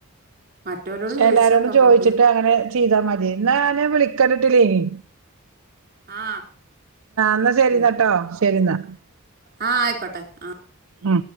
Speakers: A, on the right; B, on the right.
A: മറ്റോലോട് ചോദിച്ച്
B: എല്ലാരോടും
A: നോക്കാം
B: ചോദിച്ചിട്ട്
A: നമുക്ക്
B: അങ്ങനെ ചെയ്താ മതി എന്നന്നെ വിളിക്കണ്ടിട്ടില്ല ഇനി
A: ആ
B: എന്നാ ശരിന്നട്ടോ
A: ആയിക്കോട്ടെ
B: ശരിന്നാ
A: ആ ആയിക്കോട്ടെ ആഹ്
B: ആ